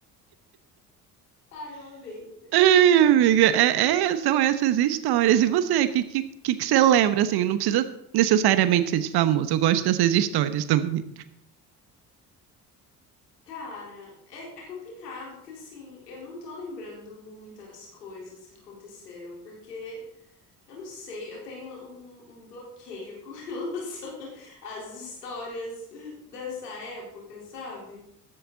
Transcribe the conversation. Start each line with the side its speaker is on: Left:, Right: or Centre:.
Left: Ai, eu amei.
Right: ai, amiga, é- é- são essas histórias. E você, o que, que, que que você lembra? Assim, não precisa necessariamente ser de famoso. Eu gosto dessas histórias também.
Left: Cara, é, é complicado, porque assim, eu não tô lembrando muitas coisas que aconteceram, porque eu não sei, eu tenho um, um bloqueio com <laughs> relação às histórias dessa época, sabe?